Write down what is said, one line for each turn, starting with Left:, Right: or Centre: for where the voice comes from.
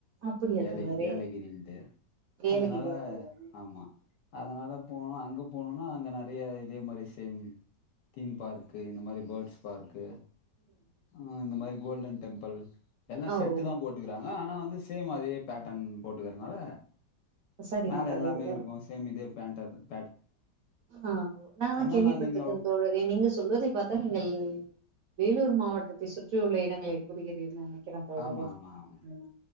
Right: அப்படியா
Left: ஏல
Right: தோழரே
Left: ஏலகிரின்ட்டு
Right: ஏலகிரியா
Left: அதனால
Right: தோழரே
Left: ஆமா அதனால போணோ அங்க போணோன் ஆ அங்க இதயே இதே மாரி சேம் தீம் பார்க்கு இந்த மாரி பேர்ட்ஸ் பார்க்கு ம் இந்த மாரி கோல்டன் டெம்பிள் எல்லா
Right: ஆ
Left: செட்டு
Right: ஓ
Left: தா போட்டுக்குறாங்க ஆனா வந்து சேம் அதே பேட்டன் போட்டுக்குறதுனால
Right: சரிங்க
Left: மேல
Right: தோழரே
Left: எல்லாமே இருக்கு சேம் இதே <unintelligible>
Right: ஆ ஒ நா ஆனா
Left: அதனால
Right: கேள்வி
Left: நாங்க
Right: பட்டிருக்கே
Left: இங்க-
Right: தோழரே நீங்க சொல்வதை பார்த்தால் நீங்கள் வேலூர் மாவட்டத்தை சுற்றி உள்ள இடங்களை கூறுகிறீர்கள் <unintelligible> நெனக்கிறேன் தோழரே
Left: ஆமா ஆமா ஆமா
Right: ம்